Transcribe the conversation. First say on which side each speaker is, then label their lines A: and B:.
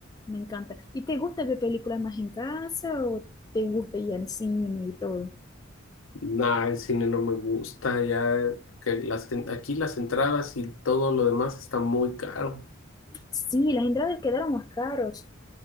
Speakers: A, on the left; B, on the left.
A: me encanta. ¿Y te gusta ver películas más en casa o te gusta ir al cine y todo?
B: Nah, el cine no me gusta ya, porque las, en- aquí las entradas y todo lo demás está muy caro.
A: Sí, las entradas quedaron más caros.